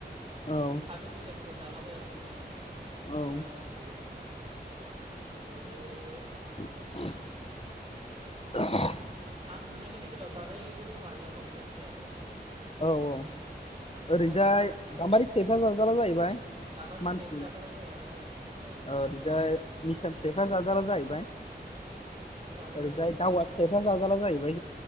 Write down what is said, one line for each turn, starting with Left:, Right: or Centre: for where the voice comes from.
Left: औ
Right: बे फादोब फिथाइफोरखौ जालाबाया जोङो ओमफ्राय
Left: औ
Right: ओ
Left: <inaudible>
Right: आं बुंनायनि गेजेराव जाजायिबो दङ आनोलाय खावसे फिथाइयानो जायखिया
Left: औ औ
Right: फिथाइ होननायखौ
Left: ओरैजाय
Right: फारिलांबाय आङो ओमफ्राय
Left: गाम्बारि फिथाइफ्रा जाजाला जाहैबाय
Right: गाम्बारि
Left: मानसि
Right: फिथाइखौ जाजाला जाया जा औ
Left: ओरैजाय
Right: मानसिनि थाखाय एसे
Left: मिस्थां फिथाइफ्रा जाजाला जाहैबाय
Right: बिसां फिथाइयाव जाजाला
Left: आरैजाय दावा फिथाइफ्रा जाजाला जायैबाय